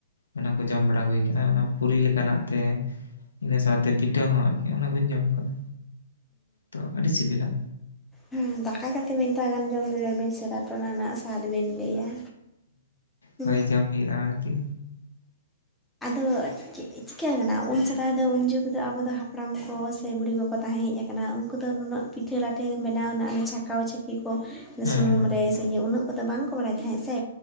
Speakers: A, on the left (about 70°); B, in the centre.
A: ᱚᱱᱟ ᱠᱚ ᱡᱚᱢ ᱵᱟᱲᱟ ᱦᱩᱭ ᱟᱠᱟᱱᱟ ᱚᱱᱟ ᱯᱩᱨᱤ ᱞᱮᱠᱟᱱᱟᱜ ᱛᱮ ᱤᱱᱟᱹ ᱥᱟᱶᱛᱮ ᱯᱤᱴᱷᱟᱹ ᱦᱚᱸ ᱟᱨᱠᱤ ᱚᱱᱟ ᱠᱚᱧ ᱡᱚᱢ ᱟᱠᱟᱫᱟ᱾ ᱛᱚ ᱟᱹᱰᱤ ᱥᱤᱵᱤᱞᱟ᱾
B: ᱦᱮᱸ ᱫᱟᱠᱟ ᱠᱟᱛᱮᱫ ᱢᱤᱫᱷᱟᱣ ᱜᱟᱱ ᱡᱚᱢ ᱵᱷᱤᱲᱟᱹᱵᱤᱱ ᱥᱮ ᱛᱟᱨᱯᱚᱨ ᱚᱱᱟ ᱨᱮᱱᱟᱜ ᱥᱟᱫ ᱵᱤᱱ ᱞᱟᱹᱭᱟ? ᱦᱮᱸ
A: ᱦᱚᱭ ᱡᱟᱢ ᱦᱳᱭᱳᱜ-ᱟ ᱟᱨᱠᱤ᱾
B: <unintelligible> ᱪᱮᱫ ᱪᱤᱠᱟᱹ ᱟᱠᱟᱱᱟ ᱩᱱ ᱥᱮᱫᱟᱭ ᱫᱚ ᱩᱱ ᱡᱩᱜᱽ ᱫᱚ ᱟᱵᱚ ᱦᱟᱯᱲᱟᱢ ᱠᱚ ᱥᱮ ᱵᱩᱲᱤ ᱠᱚᱠᱚ ᱛᱟᱦᱮᱸ ᱦᱮᱡ ᱟᱠᱟᱱᱟ ᱩᱱᱠᱩ ᱫᱚ ᱱᱩᱱᱟᱹᱜ ᱯᱤᱴᱷᱟᱹ ᱞᱟᱴᱷᱮ ᱵᱮᱱᱟᱣ ᱟᱱᱟᱜ ᱚᱱᱟ ᱪᱷᱟᱠᱟᱣ ᱪᱟᱹᱠᱤ ᱠᱚ
A: ᱦᱮᱸ
B: ᱥᱩᱱᱩᱢ ᱨᱮ ᱥᱮ ᱩᱱᱟᱹᱜ ᱠᱚᱫᱚ ᱵᱟᱝᱠᱚ ᱵᱟᱲᱟᱭ ᱛᱟᱦᱮᱸᱜ ᱥᱮ